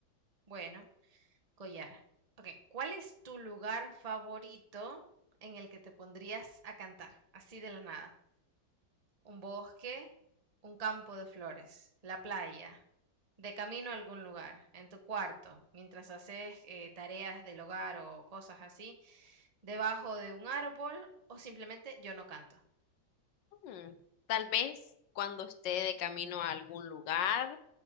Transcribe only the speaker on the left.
Mm, Tal vez cuando esté de camino a algún lugar